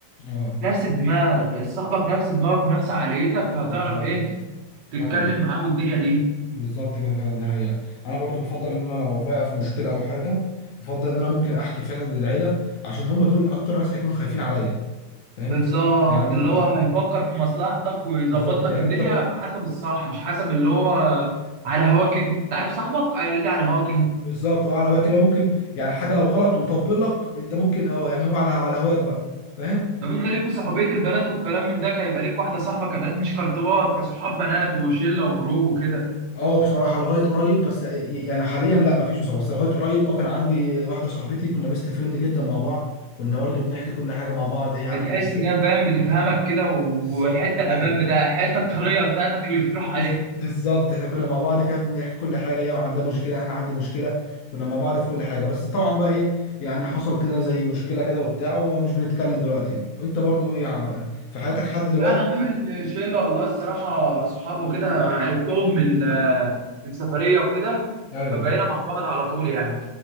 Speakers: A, on the left; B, on the right.
A: اه
B: نفس الدماغ صاحبك نفس دماغك ونفس عقليتك فهتعرف
A: بالظبط
B: ايه تتكلم
A: ايوه
B: معاه والدنيا دي
A: بالظبط كده فعلا دي حقيقة أنا برضو بفضل إن أنا لو واقع في مشكلة أو حاجة بفضل إن أنا ممكن أحكي فعلا للعيلة عشان هم دول أكتر ناس هيكونوا خايفين عليا فاهم
B: بالظبط
A: يعني
B: اللي
A: بالظبط
B: هو هيفكر في مصلحتك ويظبط
A: بالظبط
B: لك
A: يعني
B: الدنيا
A: أنت لو
B: بحسب الصح مش حسب اللي هو على هواك انت انت عارف صاحبك هيجي على هواك انت
A: بالظبط أه على هواك اللي هو ممكن يعني حاجة لو غلط وطبل لك أنت ممكن أه يعني هو على على هواك بقى فاهم
B: طب انت ليك في صحوبية البنات والكلام من ده هيبقى ليك واحدة صاحبة كبنات مش كارتبات كصحاب بنات وشلة وجروب وكده
A: أه بصراحة لغاية قريب بس يعني حاليا لا مفيش بصراحة بس لغاية قريب أه كان عندي واحدة صاحبتي كنا بيست فريند جدا مع بعض كنا برضو بنحكي كل حاجة مع بعض هي عندها
B: بتحس
A: مشكلة
B: ان هي فاهم بتفهمك كده والحتة
A: بالظبط
B: الامان
A: أيوه
B: بتاعها الحتة الطرية بتاعتك اللي بتروح
A: بز-
B: عليها
A: بالظبط احنا كنا مع بعض كده بنحكي كل حاجه هي عندها مشكله انا عندي مشكله كنا مع بعض في كل حاجه بس طبعا بقى ايه يعني حصل كده زي مشكله كده وبتاع وما مش بنتكلم دلوقتي يعني وانت برضو ايه يع- في حياتك حد دلوقتي
B: لا انا عامل شلة والله الصراحة صحابه كده عرفتهم من من سفرية وكده
A: ايوه
B: فبقينا مع بعض على طول يعني